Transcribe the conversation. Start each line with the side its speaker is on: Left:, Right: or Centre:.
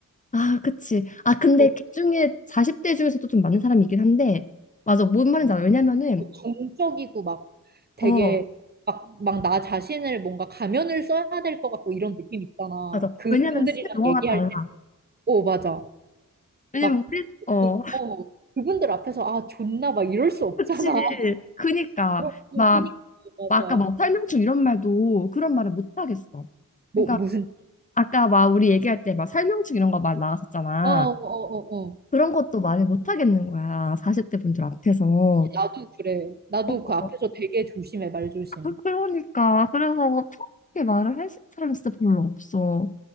Left: 아, 그치. 아, 근데
Right: 어,
Left: 그 중에 40대 중에서도 좀 많은 사람이 있긴 한데, 맞아. 뭔 말인지 알아. 왜냐면은,
Right: 정적이고 막 되게
Left: 어,
Right: 막, 막 나 자신을 뭔가 가면을 써야 될 것 같고 이런 느낌 있잖아.
Left: 맞아.
Right: 그분들이랑
Left: 왜냐면 쓰는 용어가
Right: 얘기할
Left: 달라.
Right: 때. 어, 맞아.
Left: 왜냐면
Right: 막,
Left: 우리, 어,
Right: 그- 어, 그분들 앞에서 아, 존나 막 이럴
Left: <laughs>
Right: 수 없잖아.
Left: 그치.
Right: <laughs>
Left: 그니까.
Right: 그러-
Left: 막,
Right: 그러니까, 맞아.
Left: 막 아까 뭐 설명충 이런 말도 그런 말을 못 하겠어.
Right: 뭐,
Left: 그러니까
Right: 무슨,
Left: 아까 막 우리 얘기할 때 막 설명충 이런 거 말 나왔었잖아.
Right: 아, 어, 어, 어, 어.
Left: 그런 것도 말을 못 하겠는 거야. 40대 분들 앞에서.
Right: 나도 그래. 나도
Left: 어,
Right: 그 앞에서 되게 조심해, 말조심.
Left: 그- 그러니까. 그래서 편하게 말을 할 사람이 진짜 별로 없어.